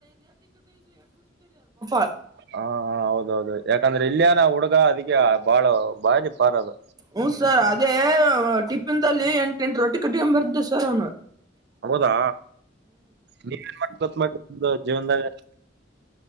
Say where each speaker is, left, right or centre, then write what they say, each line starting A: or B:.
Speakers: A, on the right; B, on the right.
A: <unintelligible>
B: ಹಾ ಹೌದೌದು ಯಾಕಂದ್ರೆ ಇಲ್ಲಿಯ ನ ಹುಡುಗ ಅದಕ್ಕೆ ಬಾಳ ಬಾರಿ ಪಾರ್ದು
A: ಹ ಸರ್ ಅದೇ ಟಿಫ್ಯಾನ್ ಅಲ್ಲಿ ಎಂಟ ಎಂಟು ರೋಟಿ ಕಟ್ಕೊಂಡ ಬರ್ತಿದ್ದ ಸರ್ ಅವ್ನು
B: ಹೌದಾ ನೀ ಮಾಡಬೇಕು ಜೀವನದಾಗ